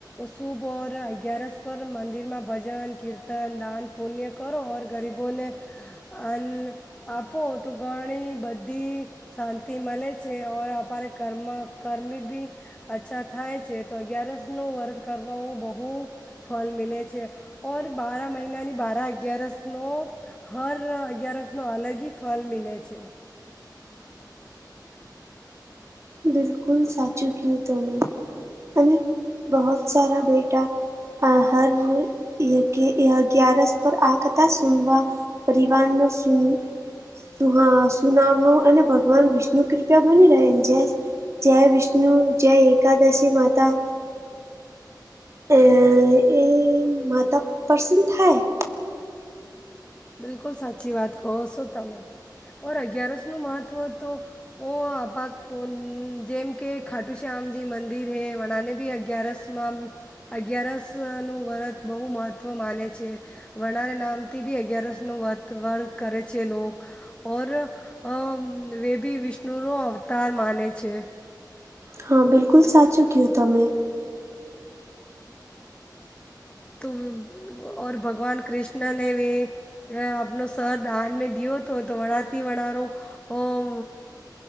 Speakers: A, on the left; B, on the right.
A: ઓશુભ અગિયારસ પર મંદિરમાં ભજન કીર્તન દાન પુણ્ય કરો ઓર ગરીબોને અન આપો તો ઘણી બધ બધી શાંતિ મળે છે ઓર અમારે કર્મ કર્મ બી અચ્છા થાય છે તો અગિયારસ નું વર્ત કરવા બહું ફળ મિલે છે ઓર બાર મહિનાની બાર અગિયારસ નો હર અગિયારસ નો અલગ હિ ફલ મિલે છે.
B: બિલકુલ સાચું કયું તમે અને બહોત સારા બેટા આ હર કે અગિયારસ પર આ કથા સુનવા પરિવારનો સુન સુહા સુનામનું અને ભગવાન વિષ્ણુ કૃપા બની રહે જે જય વિષ્ણુ જય એકાદશી માતા અ એ માતા પ્રસન થાય
A: બિલકુલ સાચી વાત કહો છો તમે ઓર અગિયારસ નું મહત્ત્વ તો ઓ અપાક જેમ કે ખાટુ શ્યામજી મંદિર હે વનાને બી અગિયારસ માં મ અગિયારસ નું વ્રત બહું મહત્વ માને છે વનારે નામથી બી અગિયારસ નો વ્રત વ્રત કરે છે લોક ઓર અ વે ભી વિષ્ણુનો અવતાર માને છે.
B: હા બિલકુલ સાચું કેવ તમે.
A: તુમ ઓર ભગવાન કૃષ્ણને ભી ત્યાં આપણું સત દાન માં દિયો તો તો વણાતી વણારો ઓમ